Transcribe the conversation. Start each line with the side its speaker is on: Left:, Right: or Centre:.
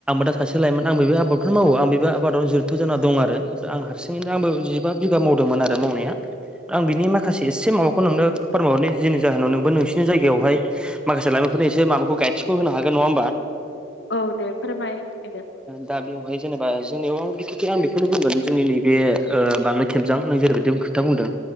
Centre: आ दा सासे लाइमोन आं बेबो आबादफोर मावो आं बे आबादाव जुथ जान दं आरो खिन्थु आं हारसिङैनो आंबो जिबा बिघा मावदोंमोन आरो मावनाया आं बिनि माखासे एसे माबाखौ नोंनो फोरमायरनाय जिनि जाहोनाव नोंबो नोंसिनि जायगायावहाय माखासे लाइमोनफोरनो एसे माबाखौ गायसखखौ होनो हागोन नङा होमबा।
Left: औ दे। फोरमाय दे
Centre: दाबिवहाय जेनबा जोंनियाव माबायदि खि आं बेखौनो बुंगोन जोंनि नैबे ओ बांलाय खेबजां आ जेरैबायदि खोथा बुंदों।